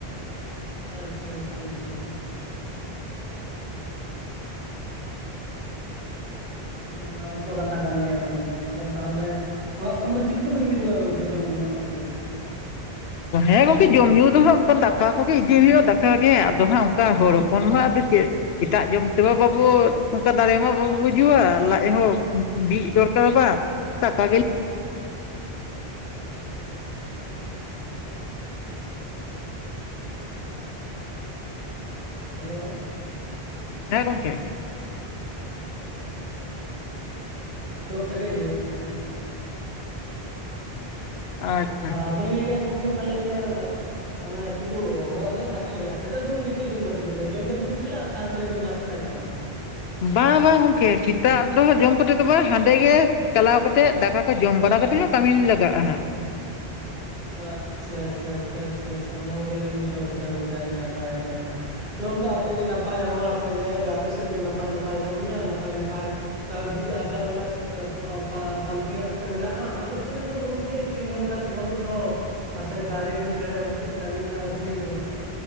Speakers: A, on the right; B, on the left.
A: ᱟᱪᱪᱷᱟ ᱟᱪᱪᱷᱟ ᱟᱪᱪᱷᱟ ᱚᱱᱟ ᱢᱟᱛᱚ ᱠᱟᱛᱷᱟ ᱠᱟᱱ ᱜᱮᱭᱟ ᱜᱚᱝᱠᱮ ᱟᱫᱚ ᱛᱟᱦᱚᱞᱮ ᱚᱲᱟᱜ ᱠᱷᱚᱱ ᱫᱚ ᱪᱮᱫ ᱠᱚᱵᱮᱱ ᱤᱫᱤᱡᱚᱝᱟ ᱜᱚᱝᱠᱮ ᱡᱚᱢ ᱧᱩᱣᱟᱜ ᱠᱚᱫᱚ?
B: ᱦᱮᱸ ᱜᱚᱝᱠᱮ ᱡᱚᱢᱼᱧᱩ ᱫᱚ ᱦᱟᱸᱜ ᱚᱱᱠᱟ ᱫᱟᱠᱟ ᱠᱚᱜᱮ ᱤᱫᱤ ᱦᱩᱭᱩᱜᱼᱟ ᱫᱟᱠᱟ ᱜᱮ ᱟᱫᱚ ᱦᱟᱸᱜ ᱚᱱᱠᱟ ᱦᱚᱲ ᱦᱚᱯᱚᱱ ᱢᱟ ᱟᱫᱚ ᱪᱮᱜ ᱮᱴᱟᱜ ᱡᱚᱢ ᱛᱮᱢᱟ ᱵᱟᱵᱚ ᱚᱱᱠᱟ ᱫᱟᱲᱮ ᱢᱟ ᱵᱟᱵᱚ ᱵᱩᱡᱷᱣᱟ ᱞᱟᱡ ᱦᱚᱸ ᱵᱤᱡ ᱫᱚᱨᱠᱟᱨᱟ ᱵᱟ <unintelligible>
A: ᱦᱮᱞᱳ
B: ᱦᱮᱸ ᱜᱚᱝᱠᱮ
A: ᱫᱚ ᱠᱟᱹᱴᱤᱡ ᱟᱸᱡᱚᱢᱮᱜ ᱛᱟᱦᱮᱱᱟ᱾
B: ᱟᱪᱪᱷᱟ ᱟᱪᱪᱷᱟ
A: ᱟᱫᱚᱞᱤᱧ ᱞᱟᱹᱭᱟ ᱜᱚᱝᱠᱮ ᱛᱟᱦᱚᱞᱮ ᱤᱭᱟᱹ ᱢᱟᱱᱮ ᱥᱩᱫᱷᱩ ᱚᱨᱟᱜ ᱨᱮᱱᱟᱜ ᱫᱟᱠᱟ ᱜᱮ, ᱥᱮᱛᱟᱜ ᱫᱚ ᱜᱚᱝᱠᱮ ᱪᱮᱫ ᱡᱚᱢ ᱠᱟᱛᱮ ᱵᱤᱱ ᱪᱟ ᱡᱚᱢ ᱠᱟᱛᱮ ᱵᱤᱱ ᱪᱟᱞᱟᱜᱼᱟ ᱥᱮ ᱦᱟᱱᱛᱮ ᱨᱮᱵᱤᱱ ᱱᱟᱥᱛᱟᱼᱟ ᱡᱟᱦᱟᱱᱟᱜ?
B: ᱵᱟᱝ ᱵᱟᱝ ᱜᱚᱝᱠᱮ ᱥᱮᱛᱟᱜ ᱫᱚ ᱡᱚᱢ ᱠᱟᱛᱮ ᱫᱚ ᱵᱟᱝ ᱦᱟᱸᱰᱮ ᱜᱮ ᱪᱟᱞᱟᱣ ᱠᱟᱛᱮᱜ ᱫᱟᱠᱟ ᱠᱚ ᱡᱚᱢ ᱵᱟᱲᱟ ᱠᱟᱛᱮᱜ ᱦᱚᱸᱜ ᱠᱟᱹᱢᱤ ᱞᱟᱜᱟᱜᱼᱟ ᱦᱟᱸᱜ᱾
A: ᱟᱪᱪᱷᱟ ᱟᱪᱪᱷᱟ ᱟᱪᱷᱟ ᱟᱪᱷᱟ ᱟᱪᱷᱟ ᱚᱱᱟ ᱢᱚᱛᱚᱞᱤᱧ ᱵᱩᱡᱷᱟᱹᱣ ᱠᱮᱫᱟ ᱜᱚᱝᱠᱮ ᱟᱹᱰᱤ ᱱᱟᱯᱟᱭ ᱟᱹᱰᱤ ᱱᱟᱯᱟᱭ᱾ ᱱᱚᱝᱠᱟ ᱟᱯᱮᱜᱮ ᱱᱟᱯᱟᱭ ᱦᱚᱲ ᱟᱯᱮᱜᱮ ᱟᱯᱮᱥᱮᱫ ᱜᱮ ᱱᱟᱯᱟᱭ ᱱᱟᱯᱟᱭ ᱠᱟᱹᱢᱤᱭᱟ ᱱᱟᱯᱟᱭ ᱱᱟᱯᱟᱭ ᱠᱟᱹᱣᱰᱤ ᱟᱨᱡᱟᱣ ᱨᱮᱱᱟᱜ ᱯᱟ-ᱯᱟᱱᱛᱮᱭᱟᱜ ᱯᱮ ᱢᱮᱱᱟᱜᱼᱟ ᱟᱞᱮ ᱥᱮᱱᱟᱜ ᱫᱚ ᱜᱚᱝᱠᱮ ᱪᱮᱫ ᱦᱚᱸ ᱚᱱᱠᱟᱱᱟᱜ ᱫᱚ ᱵᱟᱹᱱᱩᱜ ᱫᱚ ᱢᱟᱥᱮ ᱵᱟᱭᱨᱮ ᱠᱟᱹᱢᱤ ᱪᱷᱟᱲᱟ ᱪᱮᱫ ᱠᱟᱹᱢᱤ ᱨᱮᱱᱟᱜ ᱩᱯᱟᱹᱭ ᱜᱮ ᱵᱟᱹᱱᱩᱜᱼᱟ᱾